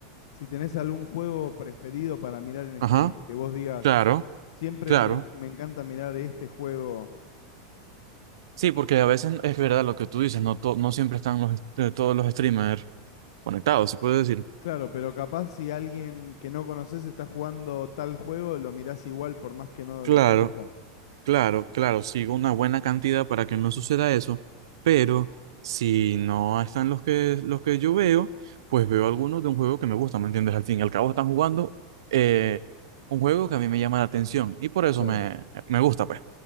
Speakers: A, on the left; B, on the right.
A: Si tenés algún juego preferido para mirar en
B: Ajá,
A: stream, que vos digas,
B: claro,
A: siempre
B: claro.
A: me, me encanta mirar este juego.
B: Sí, porque a veces es verdad lo que tú dices, no, to- no siempre están los, est- eh, todos los streamers conectados, se puede decir.
A: Claro, pero capaz si alguien que no conoces está jugando tal juego, lo mirás igual por más que no
B: Claro.
A: lo conozcas.
B: Claro, claro, sigo una buena cantidad para que no suceda eso, pero si no están los que, los que yo veo, pues veo algunos de un juego que me gusta, ¿me entiendes? Al fin y al cabo están jugando eh, un juego que a mí me llama la atención y por eso
A: Claro.
B: me, me gusta, pues.